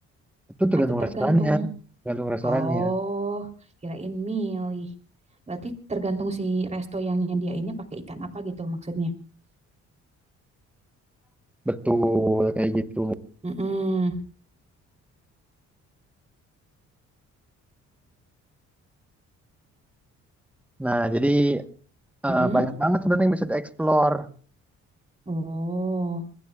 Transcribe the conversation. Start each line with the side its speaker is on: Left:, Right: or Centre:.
Centre: Itu tergantung
Right: Atau tergantung?
Centre: restorannya, tergantung restorannya.
Right: Oh, kirain milih. Berarti tergantung si resto yang nyediainnya pakai ikan apa gitu maksudnya.
Centre: Betul kayak gitu.
Right: Mm-mm,
Centre: Nah, jadi eh,
Right: mm-mm.
Centre: banyak banget sebenarnya yang bisa dieksplor.
Right: Oh,